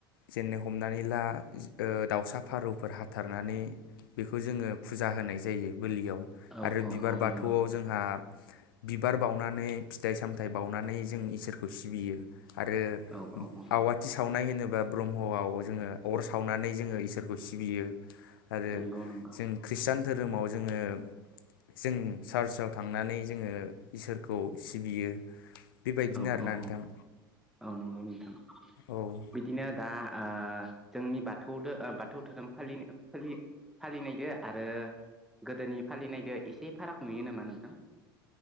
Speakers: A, on the left; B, in the centre.
A: जेननो हमनानै ला दाउसा फारौफोर हाथारनानै बेखौ जोङो फुजा होनाय जायो। बोलियाव
B: औ
A: आरो
B: औ
A: बिबार
B: औ
A: बाथौआव
B: नंगौ
A: जोंहा बिबार बावनानै फिथाइ सामथायाइ बावनानै जों इसोरखौ सिबियो। आरो
B: औ औ औ
A: आवाथि सावनाय मानो होनोबा ब्रह्मआव जोङो अर सावनानै जोङो इसोरखौ सिबियो। आरो
B: नंगौ नंगौ
A: जों खृष्टान धोरोमाव जोङो जों सार्चआव थांनानै जोङो इसोरखौ सिबियो। बेबायदिनो
B: औ
A: आरोना
B: औ
A: नोंथां।
B: औ औ नंगौ नोंथां
A: औ
B: बिदिनो दा ओ जोंनि बाथौ दो ओ बाथौ धोरोमाफालि फो फालिनायदो आरो गोदोनि फालिनायदो एसे फाराग नुयो नामा नोंथां